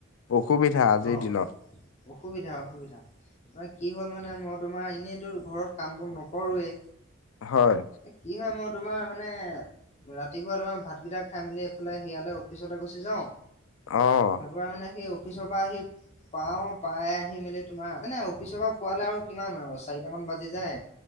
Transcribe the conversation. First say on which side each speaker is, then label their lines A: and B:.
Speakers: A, on the left; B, on the left.
A: অসুবিধা আজিৰ
B: অ'।
A: দিনত।
B: অসুবিধা, অসুবিধা। তোমাৰ কি হ'ল মানে মই তোমাৰ এনেইতো ঘৰত কাম বন নকৰোৱেই।
A: হয়।
B: এ কি হয় মই তোমাৰ মানে ৰাতিপুৱা তোমাৰ ভাতকেইটা। খাই মেলি এইফালে সেয়ালৈ অফিচলৈ গুচি যাওঁ।
A: অ'
B: তাৰ পৰাৰা মানে সেই অফিচৰ পৰা আহি পাওঁ পাই আহি মেলি তোমাৰ এনে অফিচৰ পৰা পোৱালে আৰু কিমান আৰু চাৰিটামান বাজি যায়।